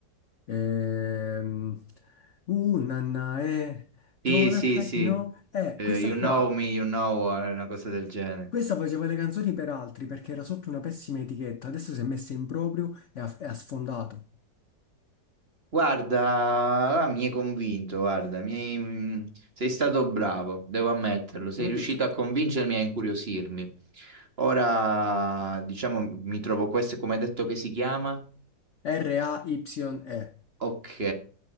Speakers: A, on the left; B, on the right.
A: Ehm... Uh, nanna, eh,
B: Sì,
A: don't
B: sì,
A: act like
B: sì,
A: you know. Eh,
B: Eh,
A: questa
B: You
A: qua,
B: Know Me, You Know, eh, una cosa del genere.
A: questa faceva le canzoni per altri perché era sotto una pessima etichetta, adesso si è messa in proprio e ha, e ha sfondato.
B: Guarda, ah, mi hai convinto, guarda, mi hai- mm, sei stato bravo, devo ammetterlo, sei
A: L'ho
B: riuscito
A: detto,
B: a convincermi e a incuriosirmi. Ora, diciamo, mi trovo questo, come hai detto che si chiama?
A: R-A-Y-E.
B: Ok,